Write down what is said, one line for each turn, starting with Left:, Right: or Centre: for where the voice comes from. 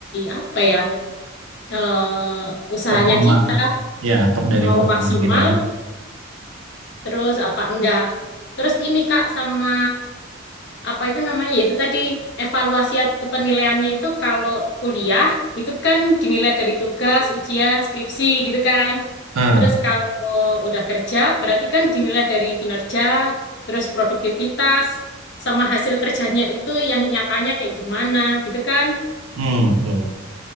Left: apa ya eh, usahanya
Right: Performa,
Left: kita
Right: ya per- dari
Left: mau
Right: performa
Left: maksimal
Right: kita juga.
Left: terus apa enggak. Terus ini Kak sama apa itu namanya? Yaitu tadi evaluasi atau penilaiannya itu kalau kuliah itu kan dinilai dari tugas, ujian, skripsi gitu kan.
Right: Nah,
Left: Terus kalau udah kerja berarti kan dinilai dari kinerja, terus produktivitas sama hasil kerjanya itu yang nyatanya kayak gimana gitu kan.
Right: hmm, betul.